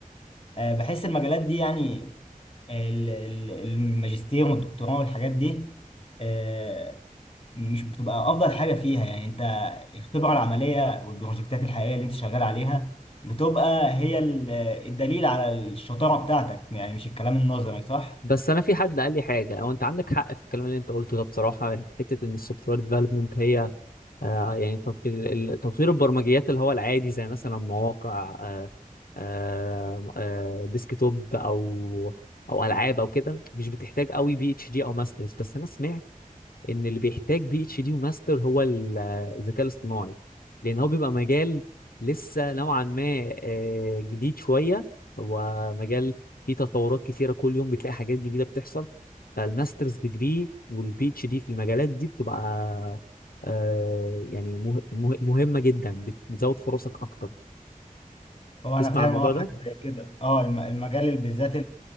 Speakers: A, on the left (about 40°); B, on the left (about 90°).
A: أه بحس المجالات دي يعني آه، ال- ال- الماجستير والدكتوراه والحاجات دي أه مش بتبقى افضل حاجه فيها يعني انت الخبره العمليه والبروجكتات الحقيقيه اللي انت شغال عليها بتبقى هي ال- الدليل على الشطاره بتاعتك يعني مش الكلام النظري صح؟
B: بس انا في حد قال لي حاجه هو انت عندك حق في الكلام اللي انت قلته ده بصراحه حته ان السوفت وير ديفلوبمنت هي آه يعني تطوير تطوير البرمجيات اللي هو العادي زي مثلا مواقع آه آه آه ديسكتوب او او العاب او كده مش بتحتاج قوي بي اتش دي او ماسترز بس انا سمعت ان اللي بيحتاج بي اتش دي وماستر هو ال- الذكاء الاصطناعي لان هو بيبقى مجال لسه نوعا ما آه، جديد شويه هو مجال فيه تطورات كثيره كل يوم بتلاقي حاجات جديده بتحصل فالماسترز ديجري والبي اتش دي في المجالات دي بتبقى آه، يعني مه- مه- مهمه جدا بت- بتزود فرصك اكتر
A: هو
B: تسمع
A: انا فاهم
B: عن الموضوع
A: اه حاجه
B: ده
A: زي كده اه الم- المجال اللي بالذات